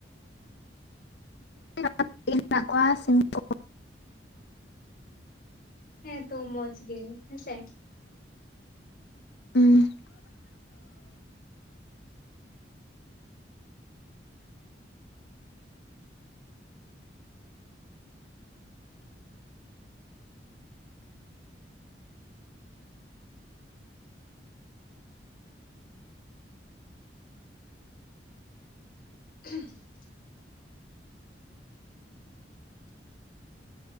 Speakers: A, on the left (about 70°); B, on the left (about 50°).
A: <inaudible> ᱢᱮᱱᱟᱜ ᱠᱚᱣᱟ ᱥᱤᱢ ᱠᱚ,
B: ᱦᱮᱸ ᱛᱚ ᱢᱚᱸᱡᱽ ᱜᱮ ᱦᱮᱸᱥᱮ᱾
A: ᱦᱩᱸ
B: <unintelligible>